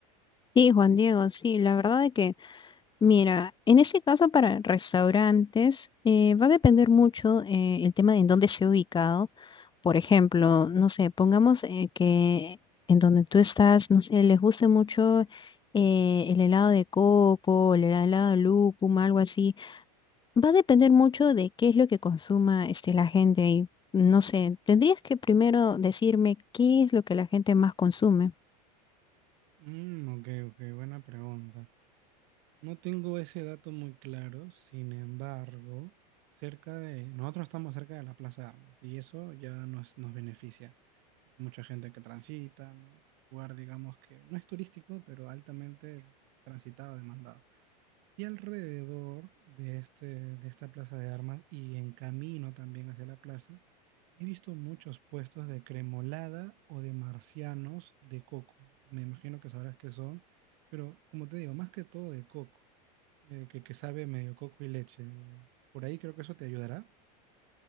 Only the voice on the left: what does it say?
Sí, Juan Diego, sí, la verdad es que, mira, en este caso para restaurantes eh, va a depender mucho eh, el tema de en dónde esté ubicado. Por ejemplo, no sé, pongamos eh, que en donde tú estás, no sé, les guste mucho eh, el helado de coco, el helado de lúcuma, algo así. Va a depender mucho de qué es lo que consuma este, la gente ahí. No sé, tendrías que primero decirme qué es lo que la gente más consume.